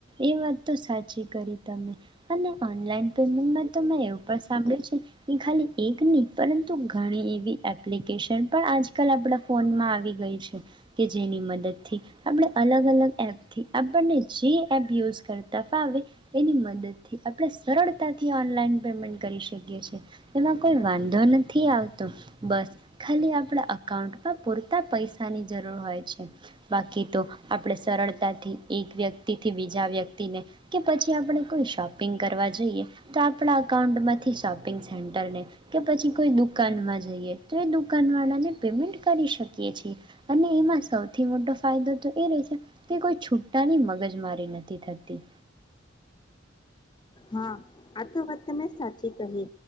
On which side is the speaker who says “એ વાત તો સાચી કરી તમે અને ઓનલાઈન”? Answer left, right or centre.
Right